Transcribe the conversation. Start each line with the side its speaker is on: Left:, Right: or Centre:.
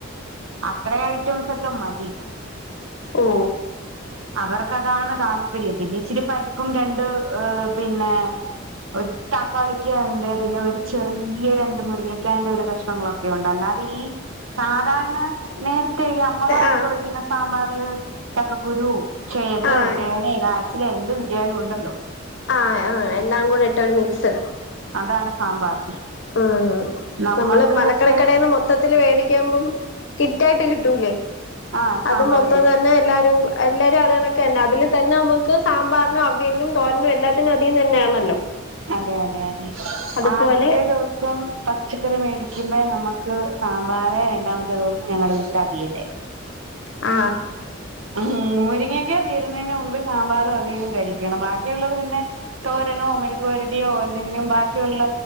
Right: അത്ര ഐറ്റംസൊക്കെ മതി
Left: ഓ
Right: അവർകതാണ് താല്പര്യം പിന്നെച്ചിരി പരിപ്പും രണ്ട് പിന്നെ ഒര് ത്തക്കാളിക്ക് ണ്ട് പിന്നെ ഒരു ചെറിയ രണ്ട് മുരിങ്ങക്കാന്റൊര് കഷ്നങ്ങളൊക്കെ ഉണ്ട് അല്ലാതെ ഈ സാധാരണ നേർ ത്ത ഈ അമ്മമാരൊക്കെ
Left: ആഹ്
Right: വെക്കുന്ന സാമ്പാർ <unintelligible> ചക്കക്കുരു ചേമ്പ്,
Left: ആഹ്
Right: ചേന, കായ്ച്ചില് എന്ത് കിട് കിട്ടിയാലും ഉണ്ടല്ലോ
Left: ആ ആ എല്ലാം കൂടെ ഇട്ട ഒരു മിക്സ്ഡ്
Right: അതാണ് സാമ്പാർ
Left: ആ
Right: നമ്മക്ക്
Left: നമ്മള് മലക്കറിക്കടെന്ന്
Right: പക്ഷെ
Left: മൊത്തത്തില് വേടിക്കുമ്പം കിറ്റായിട്ട് കിട്ടൂല്ലേ
Right: ആഹ് സാമ്പാർ
Left: അത് മൊത്തം
Right: കിട്ടും
Left: തന്നെ എല്ലാരും എല്ലാരും അതണക് ക്കെ <unintelligible> അതിൽ തന്നെ നമുക്ക് സാമ്പാറിനും അവിയലിനും തോരനും എല്ലാത്തിനും അതീന്ന് തന്നെയാണല്ലോ.
Right: അതെ അതെ അതെ
Left: അതുപോലെ
Right: ആദ്യത്തെ ദിവസ് സം പച്ചക്കറി മേടിക്കുമ്പേ നമ്മുക്ക് സാമ്പാർ രണ്ടാമത്തെ ദിവസം ഞങ്ങടെ വീട്ടില് അവിയല്.
Left: ആ
Right: മ് മുരിങ്ങ ങ്ങ തീരുന്നെന് മുമ്പ് സാമ്പാറും അവിയിലും കഴിക്കണം, ബാക്കിയുള്ളത് പിന്നെ തോരനോ മെഴുക്ക്പെരട്ടിയോ എന്തെങ്കിലും ബാക്കിയുള്ള